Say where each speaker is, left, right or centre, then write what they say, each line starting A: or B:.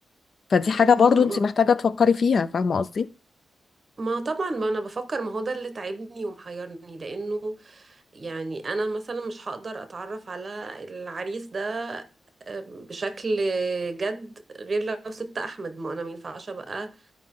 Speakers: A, on the left (about 55°); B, on the right (about 35°).
A: فدي حاجة
B: مم.
A: برضو انت محتاجة تفكري فيها فاهمة قصدي
B: ما طبعا ما انا بفكر ما هو ده اللي تعبني ومحيرني لانه يعني انا مثلا مش هقدر اتعرف على العريس ده أم، بشكل جد غير لو سبت احمد ما انا مينفعش ابقى